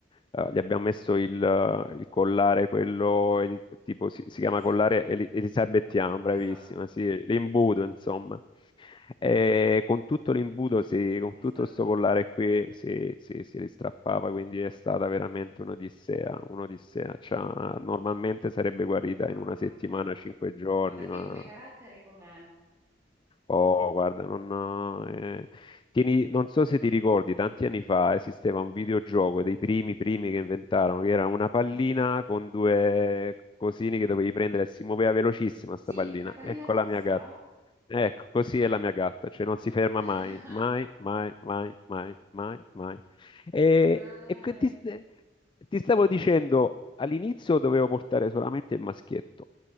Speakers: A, on the left; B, on the right.
A: eh, gli abbiamo messo il, eh, il collare, quello eli- tipo si, si
B: Elisa,
A: chiama collare eli- elisabettiano, bravissima,
B: esatto.
A: sì, l'imbuto insomma. E con tutto l'imbuto, si- con
B: Si
A: tutto
B: è strappate
A: questo collare
B: voi.
A: qui si, si, si ristrappava, quindi è stata veramente un'odissea, un'odissea. Cioè, normalmente sarebbe guarita
B: Ah,
A: in una settimana,
B: cavolo.
A: cinque giorni,
B: Ma perché
A: ma
B: come carattere com'è?
A: Oh, guarda, non, eh, tieni- non so se ti ricordi, tanti anni fa esisteva un videogioco dei primi primi che inventarono, che era una pallina
B: Mm?
A: con due cosini che dovevi prendere e si muoveva velocissima
B: Sì,
A: sta pallina.
B: una pallina
A: Ecco
B: rossa?
A: la mia gatta. Ecco, così è la mia gatta, cioè non si ferma
B: <laughs>
A: mai, mai, mai, mai, mai, mai, mai. E,
B: Ah,
A: e que- ti,
B: ecco.
A: st- ti stavo dicendo, all'inizio dovevo portare solamente il maschietto